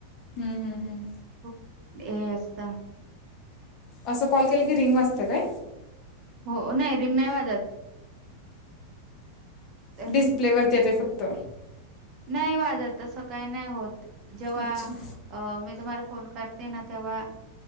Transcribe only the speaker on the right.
खूप हे असता.
हो नाही रिमनाय वाजत. रिंग
नाही वाजत तसं काय नाही होत जेव्हा
मी तुम्हाला फोन. करते ना तेव्हा